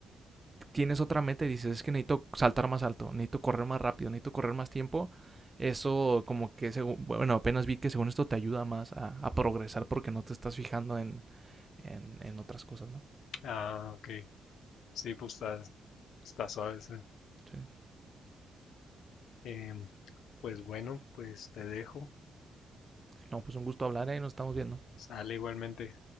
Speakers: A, on the right; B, on the left.
A: tienes otra meta y dices es que necesito saltar más alto, necesito correr más rápido, necesito correr más tiempo, eso como que según, bueno, apenas vi que según esto te ayuda más a, a progresar porque no te estás fijando en, en, en otras cosas, ¿no?
B: Ah, ok. Sí, pues está, está suave. esa.
A: Sí.
B: Em, pues bueno, pues te dejo.
A: No, pues un gusto hablar y ¿eh? nos estamos viendo.
B: Sale igualmente.